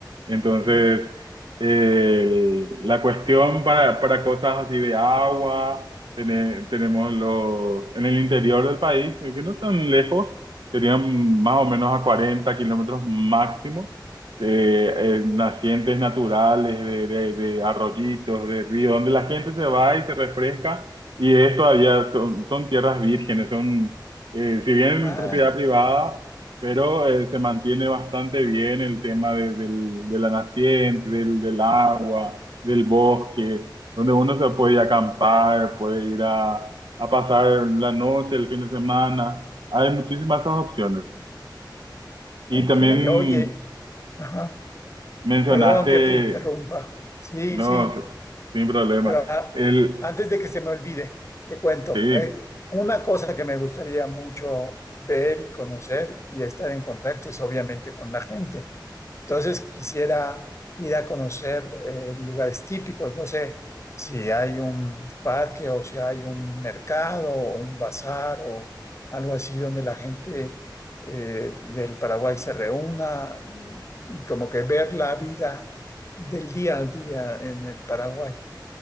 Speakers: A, on the right; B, on the left.
A: Entonces,
B: Ujú.
A: eh, la cuestión para, para cosas así de agua, tene- tenemos los, en el interior del país, que no tan lejos serían más o menos a 40 kilómetros máximo, de eh, nacientes naturales, de, de- de arroyitos, de ríos, donde la gente se va y se refresca, y es todavía, son, son tierras vírgenes, son, eh, si bien
B: Ah,
A: propiedad privada, pero eh, se mantiene bastante bien el tema de, del- de la naciente, del, del agua, del bosque, donde uno se puede ir a acampar, puede ir a a pasar la noche, el fin de semana. Hay muchísimas esas opciones. Y
B: ok,
A: también
B: oye, ajá,
A: mencionaste,
B: perdón que te interrumpa. Sí,
A: no,
B: sí.
A: sin problema,
B: Pero ah,
A: el,
B: antes de que se me olvide, te cuento,
A: sí,
B: eh, una cosa que me gustaría mucho ver y conocer y estar en contacto es obviamente con la gente. Entonces quisiera ir a conocer eh, lugares típicos, no sé si hay un parque o si hay un mercado o un bazar o algo así donde la gente eh, del Paraguay se reúna y y como que ver la vida del día al día en el Paraguay.